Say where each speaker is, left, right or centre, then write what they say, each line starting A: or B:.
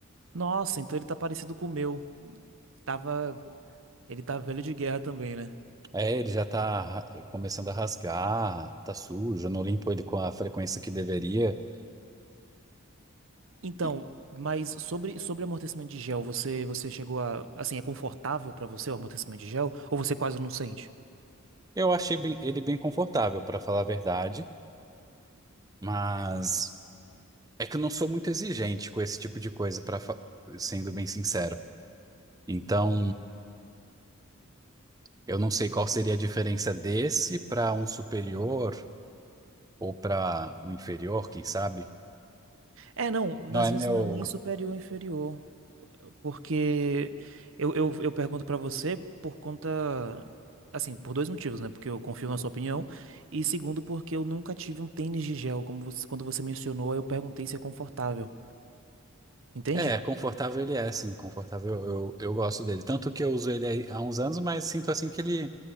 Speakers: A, on the right (about 65°); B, on the right (about 15°).
A: Nossa, então ele tá parecido com o meu. Tava, ele tá velho de guerra também, né?
B: É, ele já tá ra- começando a rasgar, tá sujo, eu não limpo ele com a frequência que deveria.
A: Então,
B: E
A: mas sobre, sobre amortecimento de gel, você, você chegou a, assim, é confortável pra você o amortecimento de gel? Ou você quase não sente?
B: Eu achei bem- ele bem confortável, para falar a verdade, mas É que eu não sou muito exigente com esse tipo de coisa, para sendo bem sincero. Então, eu não sei qual seria a diferença desse para um superior ou para um inferior, quem sabe.
A: É, não,
B: Não
A: às
B: é
A: vezes
B: meu.
A: não é nem superior ou inferior. Porque eu, eu, eu pergunto pra você por conta. Assim, por dois motivos, né? Porque eu confio na sua opinião. E segundo, porque eu nunca tive um tênis de gel. Como você, quando você mencionou, aí eu perguntei se é confortável. Entende?
B: É, confortável ele é, sim, confortável. Eu, eu gosto dele. Tanto que eu uso ele aí há uns anos, mas sinto assim que ele.